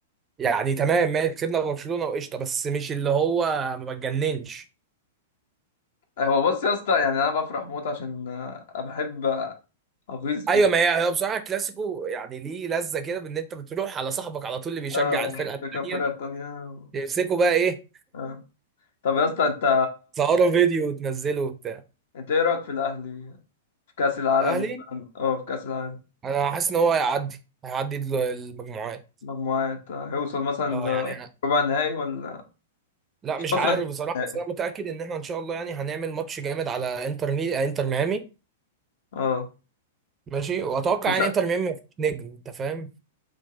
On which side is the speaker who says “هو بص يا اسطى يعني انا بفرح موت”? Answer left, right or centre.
Left